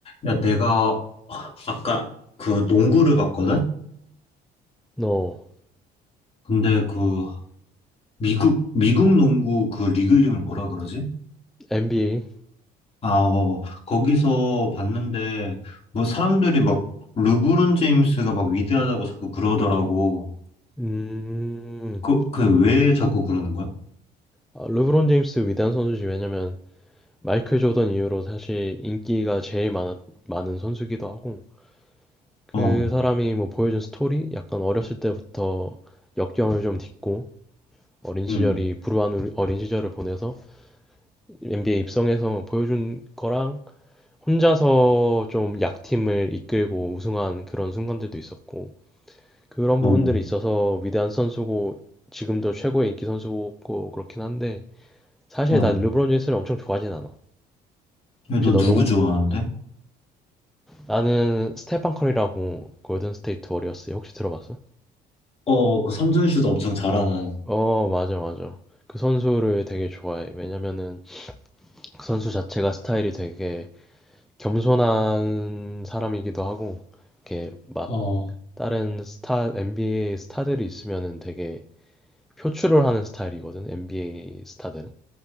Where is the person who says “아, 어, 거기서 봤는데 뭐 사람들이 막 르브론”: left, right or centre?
Left